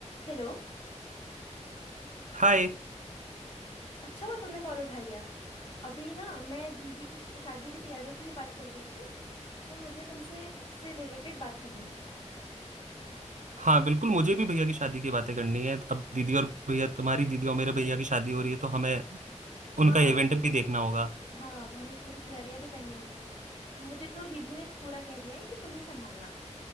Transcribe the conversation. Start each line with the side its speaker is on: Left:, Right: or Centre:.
Left: Hello
Right: हाय
Left: अच्छा हुआ तुमने कॉल उठा लिया अभी ना मैं दीदी की श- शादी की तैयारियों की ये बात चल रही थी तो मुझे तुमसे उससे रिलेटेड बात करनी है
Right: हाँ बिल्कुल मुझे भी भैया की शादी की बातें करनी है अब दीदी और भैया तुम्हारी दीदी और मेरे भैया की शादी हो रही है तो हमें
Left: हाँ
Right: उनका इवेंट भी देखना होगा
Left: हाँ हमें पूरी तैयारियां भी करनी होंगी मुझे तो दीदी ने पूरा कह दिया है कि तुम ही संभालना